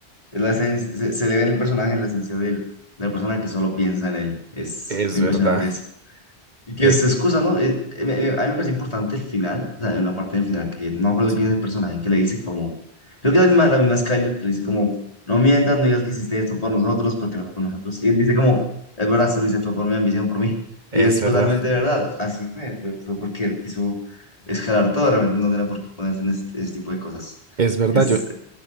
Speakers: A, on the left; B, on the right.
A: es la esencia- se, se le ve en el personaje, en la esencia del, de la persona que solo piensa en él. Es
B: es
A: muy
B: verdad,
A: impresionante eso. Y que
B: es,
A: se excusa, ¿no? Eh, eh, me- eh, a mí me parece importante el final, o sea, hay una parte del final que no me acuerdo
B: sí,
A: quién es el personaje que le dice como, creo que la misma, la misma es que le dice como, no mientas, no digas que hiciste esto por nosotros, porque no fue por nosotros. Y él dice como, es verdad, solo hice fue por mi ambición, por mí.
B: es
A: Y es totalmente
B: verdad.
A: verdad, así fue, fue, fue porque él quiso escalar todo, realmente no tenía por qué ponerse en este, este tipo de cosas.
B: Es verdad,
A: Es,
B: yo,